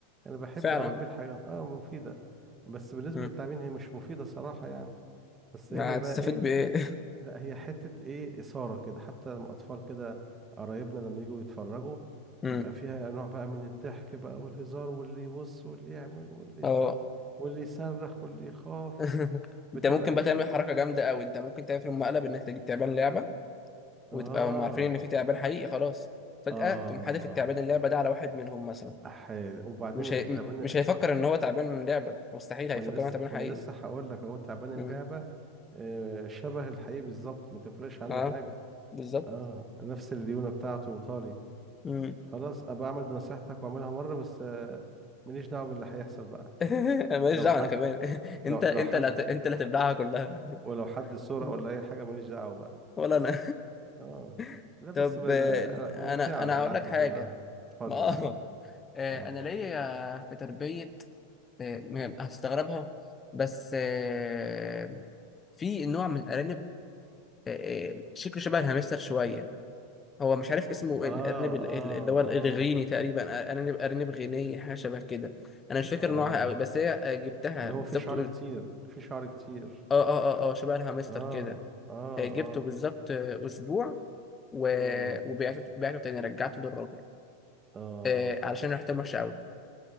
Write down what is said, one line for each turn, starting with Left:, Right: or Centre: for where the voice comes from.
Right: انا بحب
Left: فعلا
Right: اربي الحاجات اه مفيدة بس بالنسبة
Left: مم.
Right: للتعبين هي مش مفيدة صراحة يعني بس هي
Left: هتستفيد
Right: بقى ايه
Left: بايه <laughs>
Right: لا هي حتة ايه إثارة كده حتى لما أطفال كده قرايبنا لما يجوا يتفرجوا
Left: مم.
Right: بيبقى فيها نوع بقى من الضحك بقى والهزار واللي يبص واللي يعمل واللي
Left: اه
Right: واللي يصرخ واللي يخاف
Left: <laughs>
Right: بتبقى
Left: انت ممكن
Right: ايه
Left: بقى تعمل حركه جامده قوي انت ممكن تعمل في مقلب انك تجيب تعبان لعبه وتبقى
Right: اه
Left: هم عارفين ان في تعبان حقيقي خلاص فجاه
Right: اه
Left: تقوم حادف التعبان اللعبه ده على واحد منهم مثلا
Right: أحيان. وبعدين
Left: مش
Right: التعبان
Left: هي... مش هيفكر ان هو تعبان من لعبه مستحيل هيفكر
Right: ما انا لسه
Left: ان هو تعبان
Right: ما
Left: حقيقي
Right: انا لسه هقول لك اهو تعبان اللعبة
Left: مم.
Right: آه شبه الحقيقي بالظبط ما تفرقش عنه
Left: اه
Right: حاجة
Left: بالظبط
Right: اه نفس الليونة بتاعته وطاري
Left: مم.
Right: خلاص ابقى اعمل بنصيحتك واعملها مرة بس آه ماليش دعوة باللي هيحصل بقى
Left: <laughs> انا ماليش
Right: لو
Left: دعوه
Right: حد
Left: انا كمان <laughs>
Right: لو
Left: انت انت
Right: لو حد
Left: اللي هت... انت اللي هتبلعها كلها
Right: ولو حد صورة
Left: <laughs>
Right: ولا أي حاجة ماليش دعوة بقى
Left: ولا انا
Right: اه
Left: <laughs>
Right: لا بس
Left: طب
Right: بال...
Left: آه،
Right: ممتعة
Left: انا انا
Right: الألعاب
Left: هقول لك
Right: دي
Left: حاجه
Right: كلها اتفضل
Left: ما اه آه،
Right: اه
Left: انا ليا في تربيه آه، م- هتستغربها بس آه، في نوع من الارانب آه، آه، شكله شبه الهامستر شويه هو مش عارف اسمه
Right: اه
Left: الارنب ال-
Right: اه
Left: ال- اللي هو الغيني
Right: اه
Left: تقريبا ارنب ارنب غيني حاجه شبه كده انا مش فاكر
Right: اه
Left: نوعها قوي بس هي آه، جبتها
Right: اللي
Left: بالظبط
Right: هو فيه شعر
Left: قول-
Right: كتير فيه شعر كتير
Left: اه اه اه اه شبه الهامستر
Right: اه
Left: كده
Right: اه
Left: آه، جبته
Right: اه
Left: بالظبط آه، اسبوع و...
Right: امم
Left: وبعته بعته تاني رجعته للراجل
Right: اه
Left: آه علشان ريحته وحشه قوي